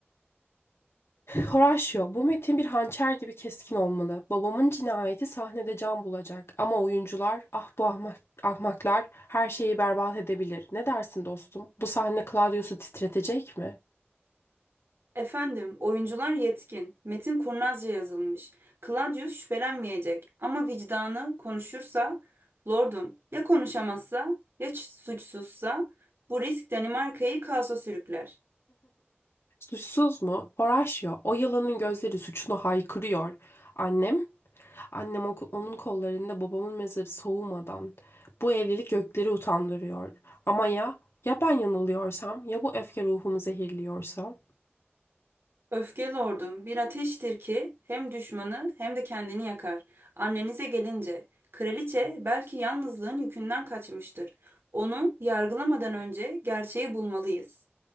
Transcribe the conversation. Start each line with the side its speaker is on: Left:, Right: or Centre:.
Left: Horatio, bu metin bir hançer gibi keskin olmalı. Babamın cinayeti sahnede can bulacak. Ama oyuncular, ah bu ahmak, ahmaklar her şeyi berbat edebilir. Ne dersin dostum? Bu sahne Claudius'u titretecek mi?
Right: Efendim, oyuncular yetkin. Metin kurnazca yazılmış. Claudius şüphelenmeyecek ama vicdanı konuşursa, lordum ya konuşamazsa ya ç- suçsuzsa bu risk Danimarka'yı kaosa sürükler.
Left: Suçsuz mu? Horatio, o yılanın gözleri suçunu haykırıyor. Annem Annem oku- onun kollarında babamın mezarı soğumadan. Bu evlilik gökleri utandırıyor. Ama ya ya ben yanılıyorsam ya bu öfke ruhumu zehirliyorsa?
Right: Öfke lordum bir ateştir ki hem düşmanı hem de kendini yakar. Annenize gelince, kraliçe belki yalnızlığın yükünden kaçmıştır. Onu yargılamadan önce gerçeği bulmalıyız.